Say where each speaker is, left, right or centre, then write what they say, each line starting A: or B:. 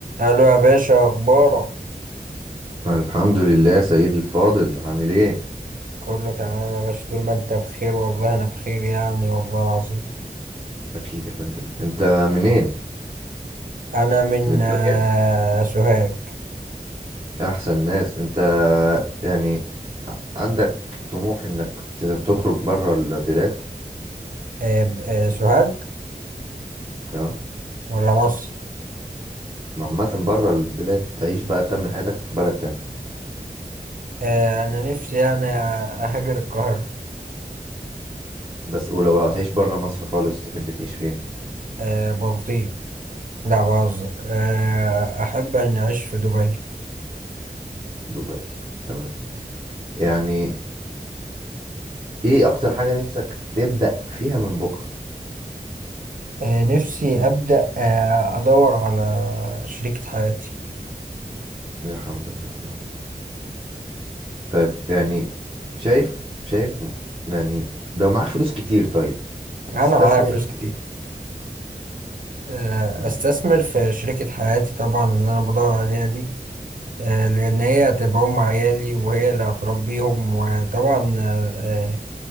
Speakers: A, on the right; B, on the right.
A: الو يا باشا اخبارك
B: الحمد لله سيدي الفاضل عامل ايه
A: كله تمام يا باشا طول ما انت بخير والله انا بخير يعني والله العظيم
B: اكيد يا فندم انت منين
A: انا من
B: من الدنيا
A: آه، سوهاج
B: احسن ناس انت يعني عندك طموح انك ت- تخرج بره البلاد
A: آه، ب- آه، سوهاج
B: اه
A: ولا مصر
B: عامة بره البلاد تعيش بقى تكمل حياتك في بلد تاني
A: آه، انا نفسي يعني اهاجر القاهرة
B: بس ولو هتعيش بره مصر خالص تحب تعيش فين
A: آه، بلطيم لا بهزر آه، احب اني اعيش في دبي
B: دبي تمام يعني ايه اكتر حاجة نفسك تبدأ فيها من بكرة
A: آه، نفسي ابدا آه، ادور على شريكة حياتي
B: لا حول الله يا رب طيب يعني شايف شايف يعني لو معاك فلوس كتير طيب هتستثمر
A: انا معايا فلوس
B: في
A: كتير
B: ايه؟
A: آه،
B: مم.
A: استثمر في شريكة حياتي طبعا اللي انا بدور عليها دي آه، لأن هي هتبقى أم عيالي وهي اللي هتربيهم وطبعا آه،